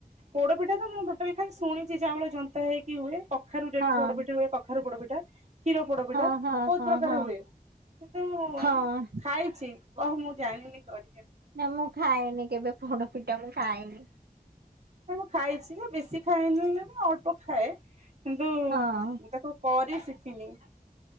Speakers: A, on the right; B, on the right.
A: ପୋଡ଼ପିଠା ତ ମୁଁ ଟୋଟାଲି ଖାଲି ଶୁଣିଛି ଚାଉଳ ଜନ୍ତା ହେଇକି ହୁଏ କଖାରୁରେ
B: ହଁ।
A: ବି ପୋଡ଼ପିଠା ହୁଏ। ଖାରୁ ପୋଡ଼ ପିଟା। କ୍ଷୀର ପୋଡ଼ପିଠା
B: ହଁ ହଁ
A: ବହୁତ
B: ହଁ
A: ପ୍ରକାର
B: ହଁ
A: ହୁଏ କିନ୍ତୁ
B: ହଁ।
A: ଖାଇଛି। ଓହୋ ମୁଁ ଜାଣିନି କରିି।
B: ନା ମୁଁ ଖାଏନି କେବେ ପୋଡ଼ ଫିଟା ମୁଁ ଖାଏନି।
A: ମୁଁ ଖାଇଛି ବେଶୀ ଖାଏନି ଅଳ୍ପ ଖାଏ କିନ୍ତୁ
B: ହଁ।
A: ତାକୁ କରି ଶିଖିନି।